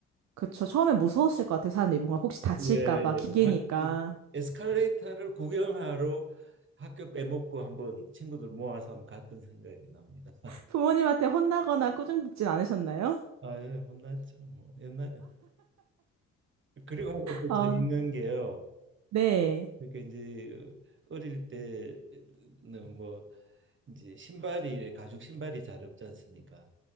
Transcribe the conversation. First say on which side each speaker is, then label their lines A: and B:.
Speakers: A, on the right; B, on the right.
A: 그쵸. 처음에 무서웠을 것 같아요. 사람들이 뭔가 혹시 다칠까
B: 예,
A: 봐
B: 예.
A: 기계니까.
B: 아주 에스컬레이터를 구경하러 학교 빼먹고 한번 친구들 모아서 한번 갔던 생각이 납니다. <laughs>
A: 부모님한테 혼나거나 꾸중 듣진 않으셨나요?
B: 아, 예, 혼났죠. 뭐 옛날에. 그리고 하나 또
A: 아,
B: 재밌는 게요.
A: 네.
B: 그러니까 이제 어릴 때는 뭐 이제 신발이 가죽 신발이 잘 없지 않습니까?